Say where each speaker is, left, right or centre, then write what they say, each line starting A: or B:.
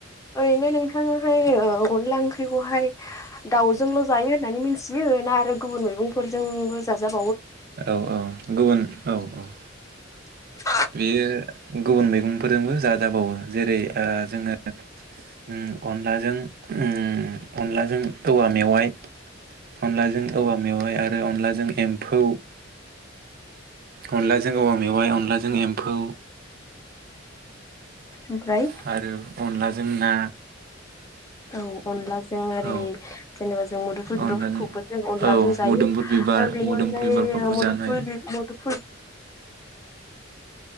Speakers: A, on the left (about 15°); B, on the right (about 50°).
A: ओरैनो नोंथाङाहाय ओ अनला ओंख्रिखौहाय दाउजोंल' जायो होननानै मिथियो ना आरो गुबुन मैगंफोरजोंबो जाजाब
B: औ औ गुबुन औ औ
A: <inaudible>
B: बेयो गुबुन मैगंफोरजोंबो जाजाबावो जेरै ओ जोङो उम अनलाजों उम अनलाजों औवा मेवाइ अनलाजों औवा मेवाइ आरो अनलाजों एम्फौ अनलाजों औवा मेवाय अनलाजों जों एम्फौ
A: ओमफ्राय
B: <unintelligible> आरो अनलाजों जोंना
A: औ अनलाजों ओरै
B: औ
A: जेनेबा जों मुदुफुल बिबारफोरखौबो
B: अनलाजों
A: जों अनलाजों
B: औ
A: जायो
B: मोदोमफुल बिबार
A: बेनि
B: मोदोमफुल
A: अनगायै
B: बिबारफोरखौबो
A: मुदुफुल
B: जानो हायो
A: मुदुफुल